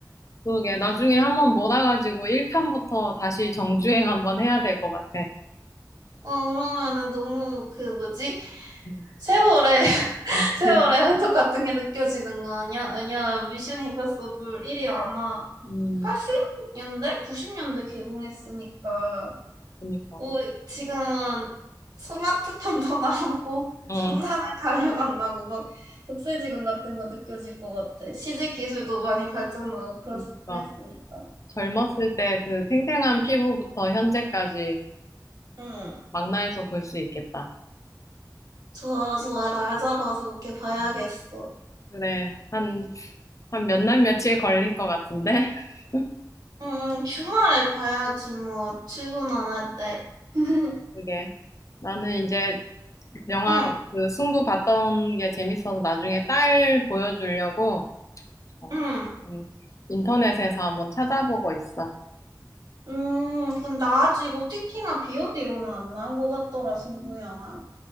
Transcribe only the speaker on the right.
어, 그러면은 너무 그 뭐지?
세월의 <laughs>
세월의
흔적 같은 게 느껴지는 거 아니야? 아니야, 미션 임파서블 1이 아마
80년대, 90년대 개봉했으니까
오, 지금은 스마트폰도 <laughs> 나오고
첨단에 달려간다고 막 격세지감 같은 거 느껴질 것 같아. CG 기술도 많이 발전하고 그랬,
그랬으니까.
응,
좋아, 좋아. 날 잡아서 그렇게 봐야겠어.
음, 주말에 봐야지 뭐 출근 안 할 때. <laughs>
응.
응.
음, 근데 아직 o 티티나 비오디로는 안 나온 것 같더라, 승부영화.